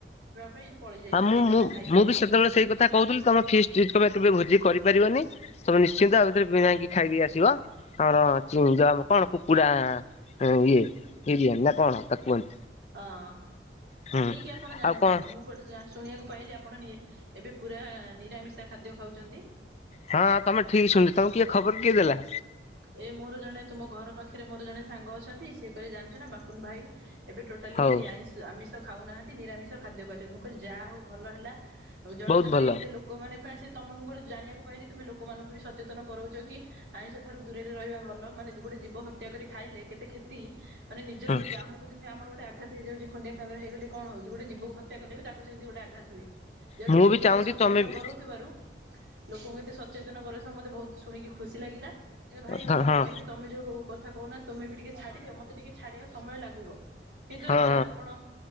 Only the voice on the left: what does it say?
ହଁ ମୁଁ
ମୁ
ମୁଁ
ବି ସେତେବେଳେ
ସେଇ କଥା କହୁଥିଲି ତମେ ଆମେ କେବେ ଭୋଜି କରିପାରିବନି ତମେ ନିଶ୍ଚିନ୍ତ ଆ ଭିତରେ ବିରିୟାନୀ ଖାଇ ଦେଇକି ଆସିବ। ଆମର <unintelligible> କଣ କୁକୁଡ଼ା ହଁ ଇଏ ବିରିୟାନୀ ନା କଣ ତାକୁ କୁହନ୍ତି?
ହୁଁ।
ଆଉ କଣ
ହଁ ତମେ ଠିକ ଶୁଣିଚ ତମକୁ କିଏ ଖବର କିଏ ଦେଲା।
ହଉ
ବହୁତ
ଭଲ।
ହୁଁ
ମୁଁ
ବି ଚାହୁଁଛି
ତମେ ବି
ହଁ
ହଁ
ହଁ